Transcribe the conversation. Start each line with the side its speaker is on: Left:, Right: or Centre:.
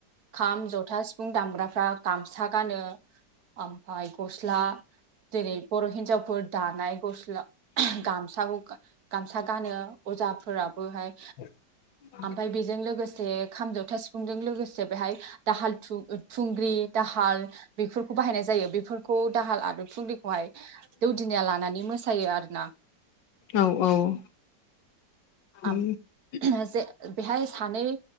Right: खाम जथा सिफुं दामग्राफ्रा गामसा गानो आमफाय गस्ला जेरै बर' हिनजावफोर दानाय गस्ला गामसाखौ गामसा गानो अजाफोराबोहाय
Left: <inaudible>
Right: आमफाय बेजों लोगोसे खाम जथा सिफुंदों लोगोसे बेहाय दाहाल थु थुंग्रि दाहा हाल बेफोरखौ बाहायनाय जायो। बेफोरखौ दाहाल आदब थुंग्रिखौहाय दौदिनिया लानानै मोसा यो आरो ना।
Left: औ औ <unintelligible>
Right: आम जे बेहाय सानै